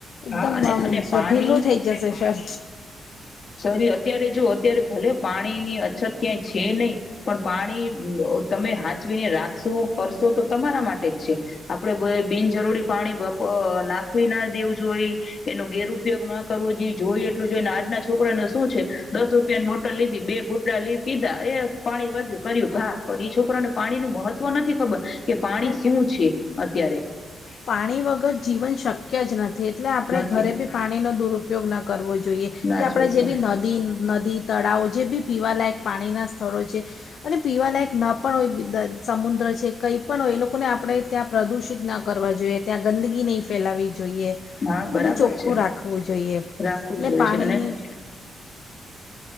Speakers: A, on the left; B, on the left.
A: એકદમ
B: હા અને
A: આમ
B: અને
A: સર
B: પાણી
A: ઢીલું થઇ જશે સર.
B: શરી અત્યારે જો અત્યારે ભલે પાણીની અછત ક્યાંય છે નહી પણ પાણી તમે હાચવીને રાખશો કરશો તો તમારા માટે જ છે આપડે બિનજરૂરી પાણી નાખવી ના દેવું જોઈ એનો ગેરપયોગ ના કરવો જોઈ જોએ એટલું જોઈ ને આજના જ છોકરાને શું છે દસ રૂપિયાની મોટલ લીધી બે ગુટડા લી પીધા એ પાણી વા્યું કર્યું ઘા પણ છોકરાને પાણી ન મહત્વ નથી ખબર કે પાણી
A: તો
B: શું છે અત્યારે.
A: પાણી વગર જીવન શક્ય જ નથી. એટલે આપણે
B: નથી
A: ઘરે બી પાણીનોો દુર ઉપયોગ ના કરવો. જોઈએ
B: ના
A: કે આપણે
B: જોઈતો
A: જે બી નદી નદી તળાવો જે બી પીવાલાયક પાણીના સ્થળો છે અને પીવાલાયક ન પણ હોય સમુદ્ર છે કંઈ પણ હોય એ લોકોને આપણે ત્યાં પ્રદૂષિત ના કરવા જોઈએ. જોઈએ ત્યાં ગંદગી નહીં ફેલાવી. જોઈએ
B: હા
A: એ
B: બરાબર
A: બધું ચોખ્ખું
B: છે
A: રાખવું જોઈએ એટલે
B: રાખવું જોઈએ
A: પાણીની
B: છે અને